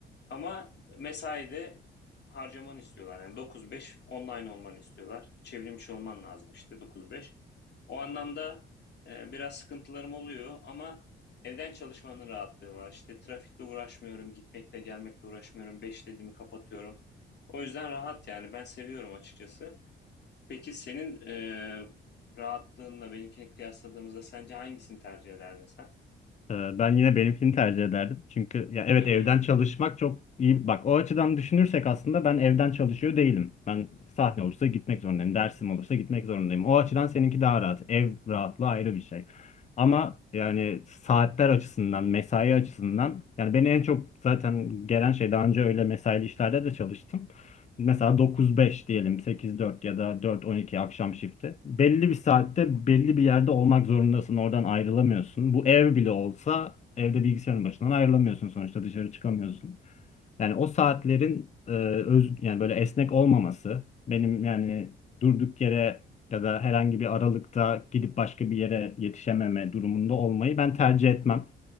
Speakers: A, on the left; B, on the left.
A: Ama mesaide harcamanı istiyorlar. Yani 9-5 online olmanı istiyorlar. çevrilmiş olman lazım işte 9-5. O anlamda e, biraz sıkıntılarım oluyor ama evden çalışmanın rahatlığı var. İşte trafikle uğraşmıyorum, gitmekle gelmekle uğraşmıyorum. 5 dediğimi kapatıyorum. O yüzden rahat yani ben seviyorum açıkçası. Peki senin e, rahatlığınla benimkini kıyasladığımızda sence hangisini tercih ederdin sen?
B: Ee, Ben yine benimkini tercih ederdim. Çünkü ya evet
A: Hı hı.
B: evden çalışmak çok iyi. Bak o açıdan düşünürsek aslında ben evden çalışıyor değilim. Ben sahne olursa gitmek zorundayım. Dersim olursa gitmek zorundayım. O açıdan seninki daha rahat. Ev rahatlığı ayrı bir şey. Ama yani saatler açısından, mesai açısından yani beni en çok zaten gelen şey daha önce öyle mesaili işlerde de çalıştım mesela 9-5 diyelim 8-4 ya da 4-12 akşam shifti. Belli bir saatte belli bir yerde olmak zorundasın. Oradan ayrılamıyorsun. Bu ev bile olsa evde bilgisayarın başından ayrılamıyorsun sonuçta dışarı çıkamıyorsun. Yani o saatlerin e, öz yani böyle esnek olmaması benim yani durduk yere ya da herhangi bir aralıkta gidip başka bir yere yetişememe durumunda olmayı ben tercih etmem.